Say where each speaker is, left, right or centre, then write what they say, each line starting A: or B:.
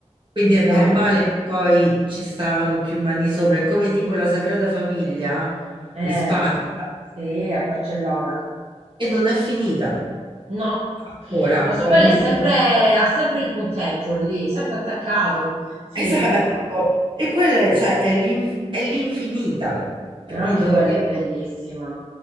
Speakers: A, on the right; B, on the right.
A: Quindi
B: non
A: è normale
B: penso.
A: che poi ci stavano più mani sopra, è come tipo la Sagrada Famiglia
B: Eh,
A: in Spagna
B: sì, a Barcellona.
A: e non è finita
B: No,
A: ancora,
B: lo so,
A: capito?
B: quello è sempre,
A: <laughs>
B: ha sempre il punteggio lì, sempre attaccato. Sì,
A: Esatto.
B: è vero.
A: E quella è, cioè, è l'in- è l'infinita,
B: Però
A: capito?
B: anche quella
A: E-
B: è bellissima,